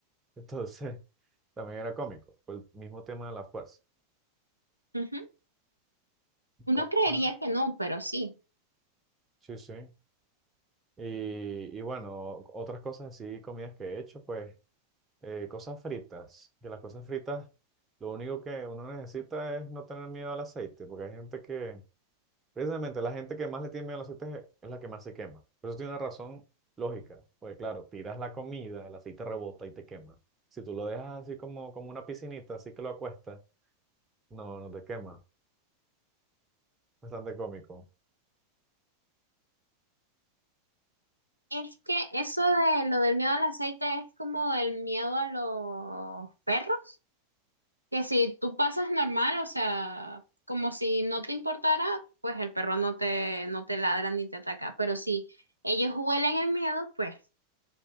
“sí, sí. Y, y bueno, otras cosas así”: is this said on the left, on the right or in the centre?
Right